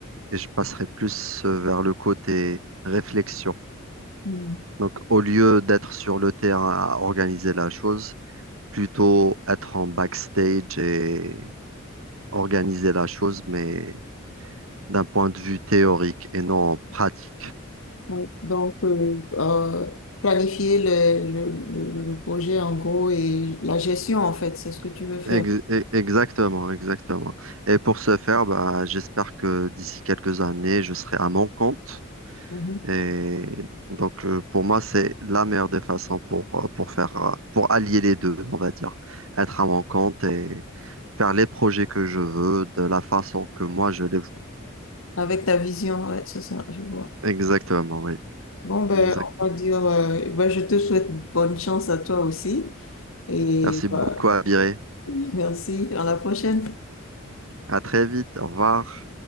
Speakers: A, on the right; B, on the left.
A: et je passerai plus euh, vers le côté réflexion.
B: Mm.
A: Donc, au lieu d'être sur le terrain à organiser la chose, plutôt être en backstage et organiser la chose, mais d'un point de vue théorique et non pratique.
B: Oui. Donc, euh, euh, planifier le, le, le, le projet en gros et la gestion, en fait, c'est ce que tu veux faire.
A: Ex- e- Exactement, exactement. Et pour ce faire, bah, j'espère que d'ici quelques années, je serai à mon compte.
B: Mhm.
A: Et donc, euh, pour moi, c'est la meilleure des façons pour, euh, pour faire, euh, pour allier les deux, on va dire. Être à mon compte et faire les projets que je veux de la façon que moi je les vois.
B: Avec ta vision, ouais, c'est ça, je vois.
A: Exactement, oui.
B: Bon, ben,
A: Exactement.
B: on va dire, euh, ben, je te souhaite bonne chance à toi aussi. Et
A: Merci
B: bah,
A: beaucoup, Abiré.
B: <laughs> merci, à la prochaine.
A: À très vite. Au revoir.